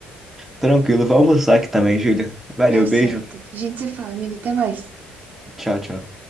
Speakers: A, in the centre; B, on the right.
A: Tranquilo, vou almoçar aqui também, Júlia. Valeu,
B: Tá certo.
A: beijo.
B: A gente se fala, amigo. Até mais.
A: Tchau, tchau.